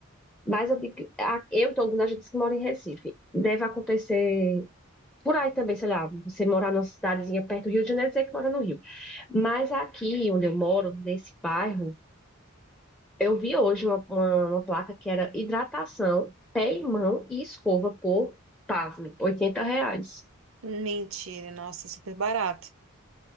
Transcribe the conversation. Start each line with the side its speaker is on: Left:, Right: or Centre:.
Centre: Mas eu, digo que a- eu e todo mundo, a gente que mora em Recife. Deve acontecer por aí também, sei lá, você morar numa cidadezinha perto do Rio de Janeiro, dizer que mora no Rio. Mas aqui onde eu moro, nesse bairro, eu vi hoje uma, uma, uma placa que era hidratação, pé e mão e escova por, pasme, 80 reais.
Right: Mentira, nossa, é super barato.